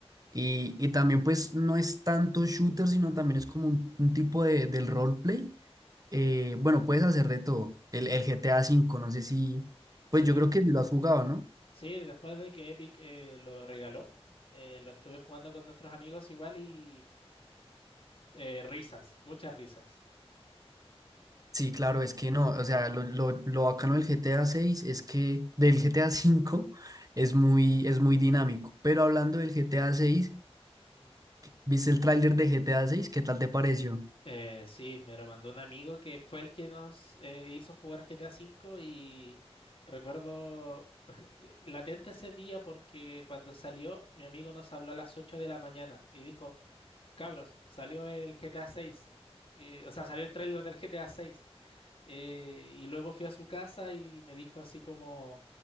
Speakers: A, on the right; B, on the left.
A: Y, y también pues no es tanto shooter, sino también es como un, un tipo de, del roleplay eh, bueno, puedes hacer de todo. El, el GTA V, no sé si, pues
B: Sí,
A: yo creo que sí lo has jugado, ¿no?
B: sí, después de que Epic eh, lo regaló, eh, lo estuve jugando con nuestros amigos igual y eh, risas, muchas risas.
A: Sí, claro, es que no, o sea, lo, lo, lo bacano del GTA 6 es que del GTA 5 <laughs> es muy, es muy dinámico, pero hablando del GTA 6, ¿viste el tráiler de GTA 6? ¿Qué tal te pareció?
B: Eh, sí, me lo mandó un amigo que fue el que nos eh, hizo jugar GTA V y recuerdo eh, latente ese día porque cuando salió mi amigo nos habló a las 8 de la mañana y dijo, cabros, salió el GTA VI, Eh, o sea, salió el tráiler del GTA VI eh, y luego fui a su casa y me dijo así como,